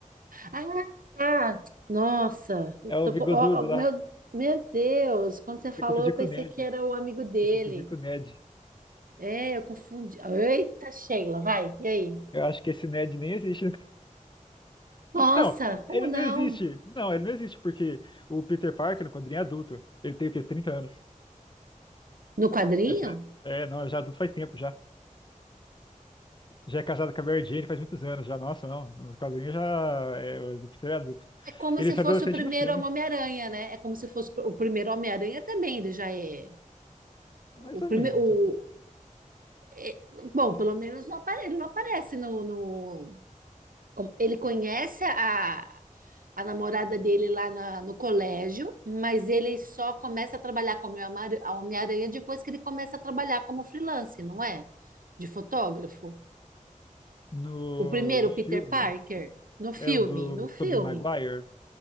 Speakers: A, on the right; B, on the left.
A: Ah, tá. Nossa, eu
B: É o
A: tô
B: bigodudo
A: co- ó, ó, meu,
B: lá,
A: meu Deus, quando você falou,
B: você confundiu
A: eu pensei
B: com o Ned,
A: que era o amigo dele.
B: você confundiu com o Ned.
A: É, eu confundi. Eita, Sheila, vai, e aí?
B: Eu acho que esse Ned nem existe. <laughs>
A: Nossa,
B: Não,
A: como
B: ele
A: não?
B: não existe. Não, ele não existe, porque o Peter Parker, quando ele é adulto, ele tem o quê? trinta anos.
A: No quadrinho?
B: Essa, é, não, já é adulto faz tempo já. Já é casado com a Mary Jane faz muitos anos já. Nossa, não. No quadrinho já é ele é adulto.
A: como
B: Ele
A: se
B: é adolescente
A: fosse o primeiro
B: no filme,
A: Homem-Aranha, né? É como se fosse o primeiro Homem-Aranha também, ele já é
B: mais
A: o
B: ou
A: primeiro.
B: menos.
A: é- bom, pelo menos não apare- ele não aparece no, no- como- Ele conhece a, a namorada dele lá na- no colégio, mas ele só começa a trabalhar como Homem- a Homem-Aranha depois que ele começa a trabalhar como freelance, não é? De fotógrafo.
B: No,
A: O primeiro,
B: no filme
A: Peter Parker, no
B: é
A: filme,
B: o do
A: no filme.
B: Tobey Maguire.